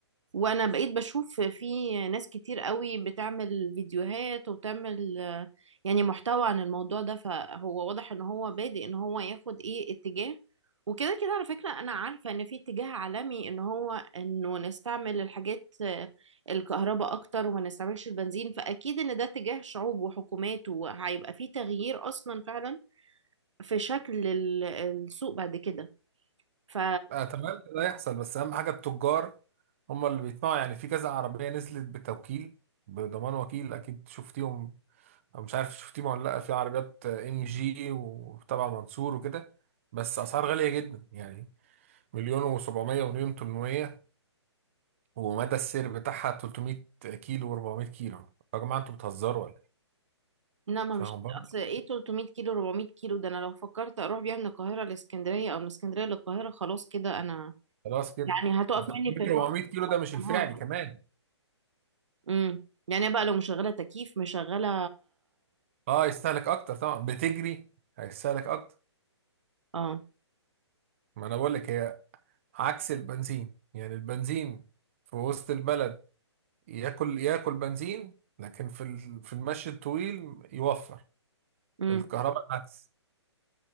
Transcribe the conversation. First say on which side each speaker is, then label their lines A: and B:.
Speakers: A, on the right; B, on the right.
A: وانا بقيت بشوف في ناس كتير قوي بتعمل فيديوهات وبتعمل آه، يعني محتوى عن الموضوع ده فهو واضح ان هو بادئ ان هو ياخد ايه اتجاه وكده كده على فكرة انا عارفة ان في اتجاه عالمي ان هو انه نستعمل الحاجات آه، الكهرباء اكتر وما نستعملش البنزين فاكيد ان ده اتجاه شعوب وحكومات وهيبقى في تغيير اصلا فعلا في شكل ال- السوق بعد كده ف
B: اتمنى ده يحصل بس اهم حاجه التجار هم اللي بيطمعوا يعني في كذا عربيه نزلت بتوكيل بضمان وكيل اكيد شفتيهم أو مش عارف شفتيهم ولا لا في عربيات ام جي وتبع منصور وكده بس اسعار غاليه جدا يعني مليون و700 ومليون 800 ومدى السير بتاعها 300 كيلو و400 كيلو يا جماعه انتوا بتهزروا ولا إيه؟
A: لا ما
B: فاهم
A: مش
B: برضه
A: اصل ايه 300 كيلو 400 كيلو ده انا لو فكرت اروح بيها من القاهره لاسكندريه او من اسكندريه للقاهره خلاص كده انا
B: خلاص كده
A: يعني هتقف
B: ده 300
A: مني في النص
B: 400 كيلو ده مش الفعلي
A: اه
B: كمان
A: امم يعني بقى لو مشغله تكييف مشغله
B: اه يستهلك اكتر طبعا بتجري هيستهلك اكتر
A: اه
B: ما انا بقول لك هي عكس البنزين يعني البنزين في وسط البلد ياكل ياكل بنزين لكن في ال- في المشي الطويل يوفر
A: امم
B: الكهرباء العكس